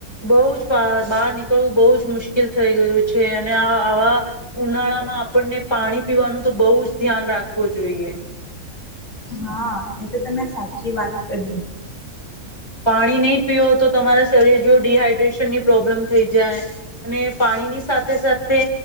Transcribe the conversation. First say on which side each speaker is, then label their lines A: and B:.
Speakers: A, on the left (about 15°); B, on the left (about 35°).
A: બઉ જ <unintelligible> બહાર નીકળવું બઉ જ મુશ્કેલ થઈ ગયું છે અને આવા ઉનાળામાં આપણને પાણી પીવાનું તો બહુ જ ધ્યાન રાખવું જોઈએ.
B: હા એ તો તમે સાચી વાત કહી.
A: પાણી નહીં પીઓ તો તમારા શરીર જો ડીહાઈડ્રેશનની પ્રોબ્લેમ થઈ જાય અને પાણીની સાથે સાથે